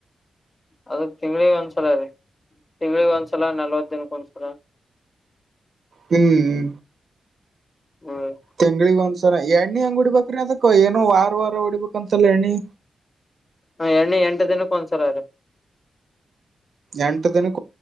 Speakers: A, on the left (about 25°); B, on the right (about 60°).
A: ಅದಕ್ ತಿಂಗಗಳಿ ಒಂದ್ಸಲೀ ತಿಂಗಳಗ್ ಒಂದ್ಸಲ ನಲ್ವತ್ ದಿನಕ್ ಒಂದ್ಸಲ
B: ಹ್ಮ್
A: ಹ್ಮ್
B: ತೆಂಗಳಗ ಒಂದ್ಸಲ ಸರ ಎಣ್ಣೆ ಹೆಂಗ್ ಉಡ್ಬೇಕ್ರಿ ಅದಕ್ಕ ಏೋ ವಾರ ವಾರ ಉಡಿಬೇಕಂತಲ್ಲ ಎಣ್ಣಿ
A: ಹ ಎಣ್ಣೆ ಎಂಟು ದಿನಕ್ಕ ಒಂದ್ಸಲ ಅ್ರ
B: ಎಂಟು ದಿನಕ್ಕೆ